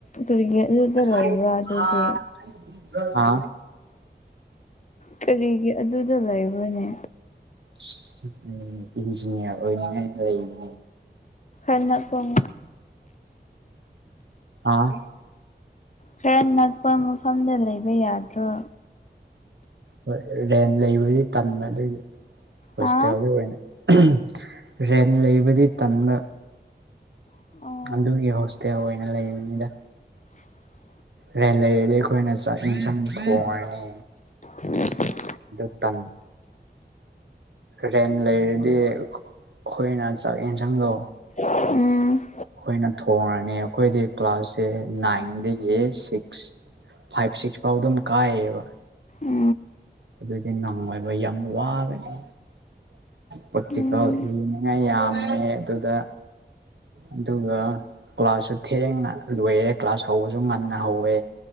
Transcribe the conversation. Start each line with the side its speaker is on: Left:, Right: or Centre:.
Left: ꯀꯔꯤꯒꯤ ꯑꯗꯨꯗ ꯂꯩꯕ꯭ꯔꯥ
Right: ꯑꯟꯏꯟꯇꯦꯜꯂꯤꯖꯦꯕꯜ
Left: ꯑꯗꯨꯗꯤ
Right: ꯍ
Left: ꯀꯔꯤꯒꯤ ꯑꯗꯨꯗ ꯂꯩꯕꯔ꯭ꯅꯦ
Right: ꯁ ꯎ ꯏꯟꯖꯌꯔ ꯑꯣꯏꯒꯦ ꯂꯩꯔꯤ
Left: ꯑꯟꯏꯟꯇꯦꯜꯂꯤꯖꯦꯕꯜ
Right: ꯍꯥ
Left: ꯈꯔ ꯅꯛꯄ ꯃꯐꯝꯗ ꯂꯩꯕ ꯌꯥꯗ꯭ꯔꯣ
Right: ꯍꯣꯏ ꯔꯦꯟ ꯂꯩꯕꯗꯤ ꯇꯟꯕ ꯑꯗꯨꯒꯤ ꯍꯣꯁꯄꯤꯇꯦꯜꯗ
Left: ꯍꯥ
Right: ꯑꯣꯏꯅ ꯑꯝꯍꯝ ꯔꯦꯟ ꯂꯩꯕꯗꯤ ꯇꯟꯕ
Left: ꯑꯣ
Right: ꯑꯗꯨꯒꯤ ꯍꯣꯁꯇꯦꯜ ꯑꯣꯏꯅ ꯂꯩꯕꯅꯤꯗ
Left: ꯑꯟꯑꯣꯗꯤꯕꯜ
Right: ꯔꯦꯟ ꯂꯩꯔꯗꯤ ꯑꯩꯈꯣꯏꯅ ꯆꯥꯛ ꯌꯦꯟꯁꯥꯡ ꯊꯣꯡꯉꯅꯤ
Left: ꯑꯟꯑꯣꯗꯤꯕꯜ
Right: ꯑꯗꯨ ꯇꯥꯡ ꯔꯦꯟ ꯂꯩꯔꯗꯤ ꯑꯩꯈꯣꯏꯅ ꯆꯥꯛ ꯌꯦꯟꯁꯥꯡꯗꯣ
Left: ꯎꯝ
Right: ꯑꯩꯈꯣꯏꯅ ꯊꯣꯡꯉꯅꯤ ꯑꯩꯈꯣꯏꯗꯤ ꯀ꯭ꯂꯥꯁꯁꯦ ꯅꯥꯏꯟ ꯗꯒꯤ ꯁꯤꯛꯁ ꯐꯥꯏꯚ ꯁꯤꯛꯁ ꯐꯥꯎ ꯑꯗꯨꯝ ꯀꯥꯏꯌꯦꯕ
Left: ꯎꯝ
Right: ꯑꯗꯨꯗꯤ ꯅꯪꯉꯣꯏꯕ ꯌꯥꯝ ꯋꯥꯕꯅꯤ ꯄꯇꯤꯀꯣ
Left: ꯎꯝ
Right: ꯌꯦꯅꯤꯡꯉ ꯌꯥꯝꯃꯦ ꯑꯗꯨꯗ ꯑꯗꯨꯒ ꯀ꯭ꯂꯥꯁꯁꯨ ꯊꯦꯡꯅ ꯂꯣꯏꯑꯦ ꯀ꯭ꯂꯥꯁ ꯍꯧꯕꯁꯨ ꯉꯟꯅ ꯍꯧꯋꯦ